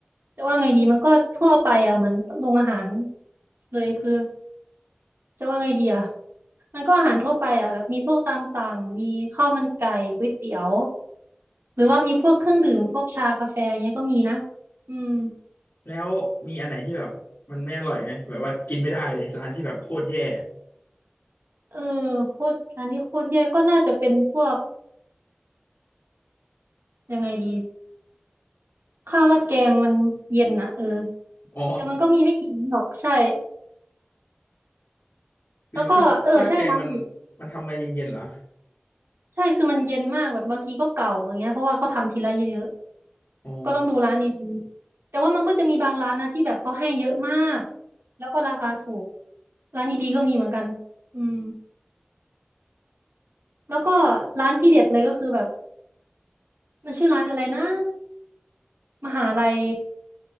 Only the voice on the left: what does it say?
แล้วมีอันไหนที่แบบมันไม่อร่อยไหมแบบว่ากินไม่ได้เลยร้านที่แบบโคตรแย่
อ๋อ
คือข้าวข้าวราดแกงมัน
มันทำมาเย็นๆเหรอ
อ๋อ